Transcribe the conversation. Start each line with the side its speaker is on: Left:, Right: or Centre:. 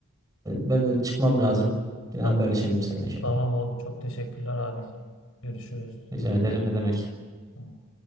Right: ben de çıkmam lazım. Yine
Left: Tamam.
Right: haberleşelim seninle inşallah.
Left: Tamam oldu. Çok teşekkürler Abil. Görüşürüz.
Right: Rica ederim ne demek.
Left: Tamam.